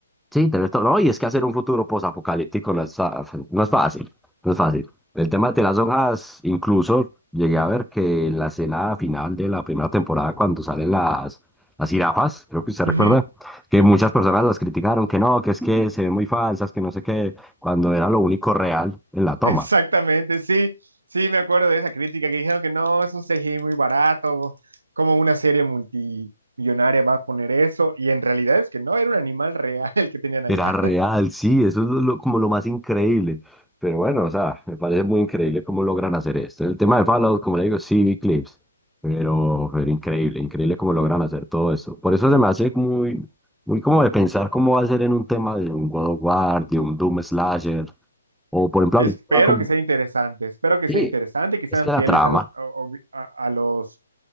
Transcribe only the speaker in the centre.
Sí, tenés todo. No, y es que hacer un futuro posapocalíptico no es, fa- no es fácil, no es fácil. El tema de las hojas, incluso llegué a ver que en la escena final de la primera temporada, cuando salen las, las jirafas, creo que usted
recuerda, que muchas personas las criticaron, que no, que es que se ven muy falsas, que no sé qué, cuando era lo único real en la toma.
Era
real, sí, eso es lo- como lo más increíble. Pero bueno, o sea, me parece muy increíble cómo logran hacer esto. El tema de Fallout, como le digo, sí vi clips, pero, pero increíble, increíble cómo logran hacer todo eso. Por eso se me hace muy, muy como de pensar cómo va a ser en un tema de un God of War, de un Doom Slasher, o por ejemplo,
ahorita como...
Sí,
es que la
trama,